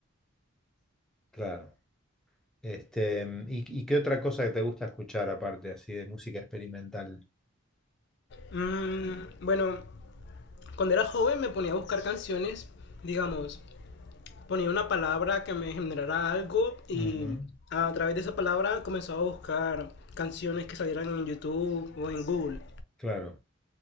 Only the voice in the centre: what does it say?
Claro. Este, mm, ¿y, y qué otra cosa que te gusta escuchar aparte así de música experimental?
Ujú,
Claro.